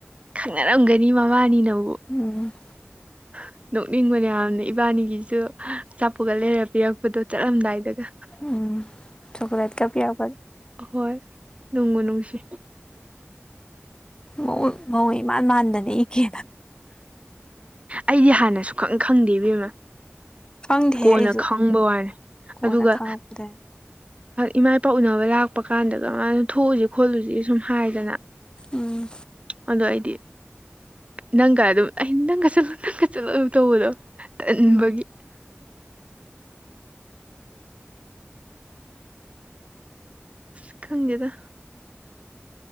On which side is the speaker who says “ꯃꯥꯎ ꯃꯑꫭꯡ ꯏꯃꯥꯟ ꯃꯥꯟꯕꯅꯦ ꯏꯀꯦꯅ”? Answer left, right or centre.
Left